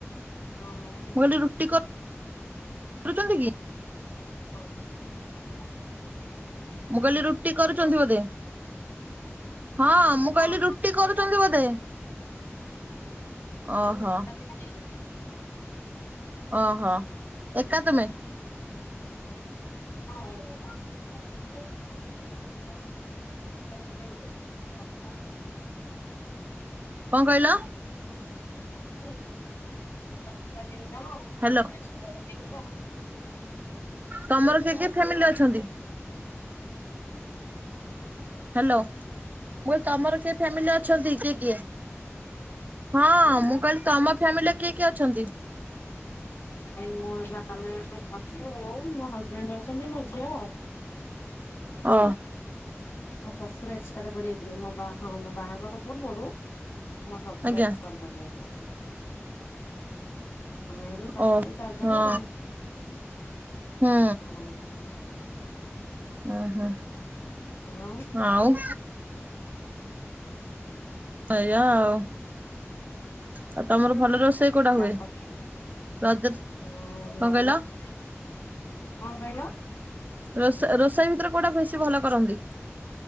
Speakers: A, on the left; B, on the right.
A: <unintelligible>
B: <unintelligible> ରୁଟି କର୍। କରୁଚନ୍ତି କି?
A: <unintelligible>
B: ମୁଁ କଇଲି ରୁଟି
A: ହ୍ୟାଲୋ
B: କରୁଚନ୍ତି ବୋଧେ? ହଁ ମୁଁ କଇଲି
A: ରୋଷେଇ
B: ରୁଟି
A: ଚାଲିଛି
B: କରୁଚନ୍ତି ବୋଧେ। ଅ ହ।
A: ଚିକେନ।
B: ଅ ହ ଏକା ତୁମେ?
A: <unintelligible> <unintelligible>
B: କଣ କଇଲ?
A: <unintelligible>
B: ହ୍ୟାଲୋ। ତମର କେ କିଏ ଫ୍ୟାମିଲି ଅଛନ୍ତି? ହ୍ୟାଲୋ ମୁ କଲି ତମର କିଏ ଫ୍ୟାମିଲି ଅଛନ୍ତି କିଏ କିଏ? ହଁ
A: ଆଉ
B: ମୁଁ କଇଲି ତମ ଫ୍ୟାମିଲିରେ କିଏ କିଏ ଅଛନ୍ତି?
A: ସେଇ ମୁ ହେଲା ଆମେ ଆଛୁ, ବୋଉ, ମୋ ହଜବେଣ୍ଡ ଅଛନ୍ତି, ମୋ ଝିଅ ଆଉ।
B: ଓ।
A: ମୋ ଶଶୁର ଏକ୍ସପାଡ୍ କରି ଥିଲେ ମୋ ବାହା ମୋ ବାହାଘର ପୂର୍ବରୁ ମୋ ଶଶୁର
B: ଆଜ୍ଞା
A: ଏକ୍ସପାଡ୍ କରି ଯାଇଚନ୍ତି। ଆମେ ହେଲୁ ଶାଶୁ
B: ଓ
A: ବୋଉ ଚାରି ଜଣ
B: ହଁ
A: ଆଉ,
B: ହୁଁ
A: ହଁ।
B: ଓହୋ
A: ଆଉ
B: ଆଉ। ଏୟା ଆଉ। ଆଉ ତମର ଭଲ ରୋଷେଇ କୋଉଟା
A: ଲାପପ୍
B: ହୁଏ ରଜ
A: ହୁଁ
B: କଣ
A: ଭଲ
B: କହିଲ?
A: କଁ କହିଲ?
B: ରୋଷ ରୋଷେଇ ଭିତରେ କୋଉଟା ବେଶୀ ଭଲ କରନ୍ତି?